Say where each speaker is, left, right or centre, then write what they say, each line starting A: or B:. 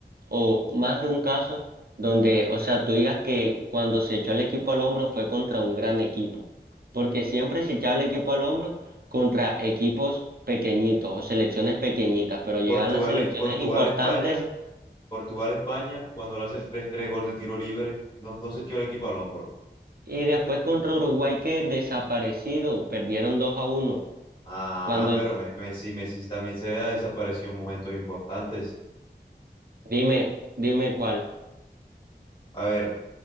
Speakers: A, on the right; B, on the left.
A: o más de un caso donde, o sea, tú digas que cuando se echó el equipo al hombro fue contra un gran equipo, porque siempre se echaba el equipo al hombro contra equipos pequeñitos o selecciones pequeñitas, pero llegan
B: Portugal,
A: las selecciones
B: eh, Portugal,
A: importantes
B: España, Portugal, España, cuando le hace el tres tres gol de tiro libre, no, no se echó el equipo al hombro.
A: y después contra Uruguay que desaparecido, perdieron 2 a uno.
B: Ah,
A: Cuando
B: pero
A: el,
B: Me- Messi, Messi también se desapareció en momentos importantes.
A: dime, dime cuál.
B: A ver,